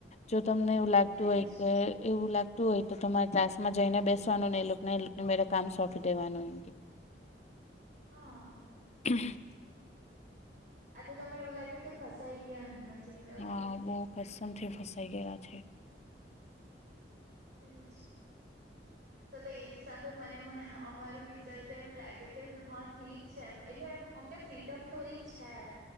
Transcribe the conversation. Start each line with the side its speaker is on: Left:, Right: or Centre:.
Left: જો તમને એવું લાગતું
Right: તેજ
Left: હોય કે, એવું લાગતું હોય તો, તમારે ક્લાસ માં જઈને બેસ એને એને મેરા કામ સોંપી દેવાનું.
Right: હા
Left: હા.
Right: આ તો તમે એવું લાગ્યું કે, ફસાઈ ગયા નજીક લેવા
Left: હા!
Right: ગયા
Left: બહુ કસમથી ફસાઈ ગયેલા છે.
Right: એ જ. તો તો એ હિસાબે મને અમારું વિચાર તો એમ લાગે કે, હા ઠીક છે એમ. એટલે એમ અમને ફ્રીડમ તોડીક છે.